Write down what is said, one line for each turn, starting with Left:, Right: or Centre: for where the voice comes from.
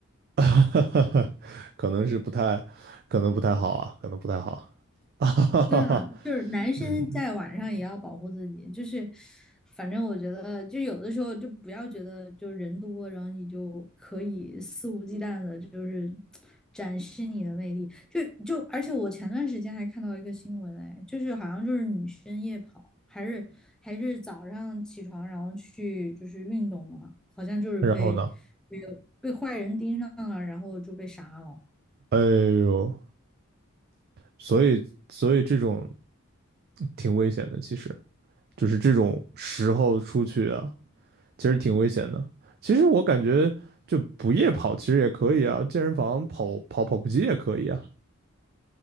Right: <laughs> 哈哈，可能是不太，可能不太好啊，可能不太好。<laughs> 啊哈哈哈，
Centre: 对啊，就是男生在晚上也要保护自己，
Right: 嗯，
Centre: 就是反正我觉得，就有的时候就不要觉得就人多，然后你就可以肆无忌惮的，就是展示你的魅力。就就而且我前段时间还看到一个新闻，哎，就是好像就是女生夜跑，还是还是早上起床然后去就是运动嘛，好像就是被
Right: 然后呢？
Centre: 被被坏人盯上了，然后就被杀了。
Right: 哎呦，所以所以这种挺危险的，其实就是这种时候出去啊，其实挺危险的。其实我感觉就不夜跑其实也可以啊，健身房跑跑跑步机也可以啊。